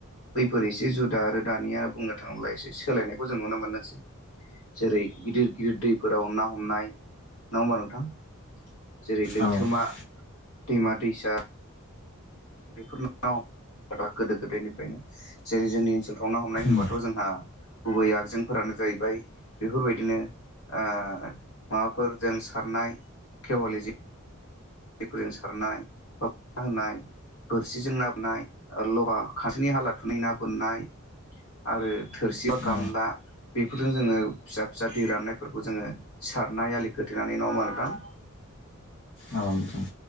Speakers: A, on the left (about 80°); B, on the left (about 55°).
A: बैफोरो एसे जुदा आरो दानिया बुंनो थाङोब्ला एसे सोलायनायखौ जों नुनो। जेरै गिदिर गिदिर दैफोराव ना हमनाय नङा होमबा नोंथां। जेरै लैथोमा
B: औ औ
A: दैमा दैसा बेफोर <unintelligible> गोदो गोदायनिफ्रायनो जेरै जोंनि ओनसोल खावना हमनाय होनबाथ'
B: नोंथां
A: जोंहा गुबै आगजेंफोरानो जाहैबाय बेफोरबायदिनो ओ माबाफोर जों सारनाय खेवालि जे फोरजों सारनाय बा <unintelligible> होनाय। बोरसिजों ना बोननाय लहा <unintelligible> हालाथुनै ना बोननाय। आरो थोरसि बा गामला
B: औ
A: बेफोरजों जोङो फिसा फिसा दै राननायफोरखौ जोङो सारनाय आलि खोथेनानै नङा होमबा नोंथां।
B: औ नोंथां।